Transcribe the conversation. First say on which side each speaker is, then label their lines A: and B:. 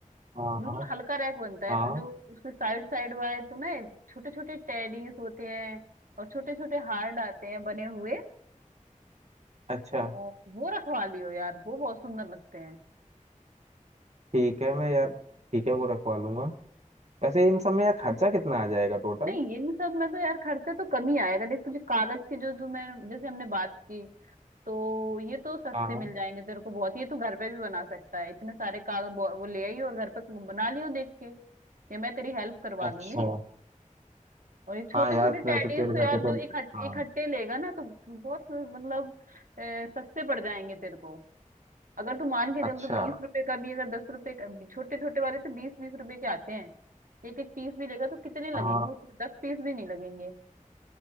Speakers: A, on the right (about 55°); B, on the right (about 85°).
A: हाँ
B: बिल्कुल
A: हाँ
B: हल्का रैक बनता है
A: हाँ,
B: तो जो उसके साइड साइड वाले तो ना छोटे छोटे टेडीज होते हैं और छोटे छोटे हार्ड आते हैं बने हुए
A: अच्छा
B: तो वो रखवा लियो यार वो बहुत सुंदर लगते हैं
A: ठीक है मैं यार ठीक है वो रखवा लूंगा वैसे इन सब में यार खर्चा कितना आ जाएगा टोटल
B: नहीं इन सब में तो यार खर्चा तो कम ही आएगा देख तुझे कागज के जो जो मैं जैसे हमने बात की तो ये तो सस्ते
A: हाँ
B: मिल जाएंगे तेरे को बहुत ये तू घर पे भी बना सकता है इतने सारे कागज वो वो ले आई और घर पे बना लियो देख के ये मैं तेरी हेल्प करवा
A: अच्छा
B: दूंगी और ये छोटे
A: हाँ यार
B: छोटे टेडीज
A: वैसे तेरे
B: तो यार
A: घर पे
B: जो
A: तो
B: इकट्ठे
A: हाँ
B: इकट्ठे लेगा ना तो बहुत मतलब अ, सस्ते पड़ जाएंगे तेरे को अगर तू मान के
A: अच्छा
B: चल तो बीस रुपए का भी अगर दस रुपए का भी, छोटे छोटे वाले तो बीस बीस रुपए के आते हैं एक एक पीस भी लेगा तो कितने लगेंगे
A: हाँ
B: उसमें दस पीस भी नहीं लगेंगे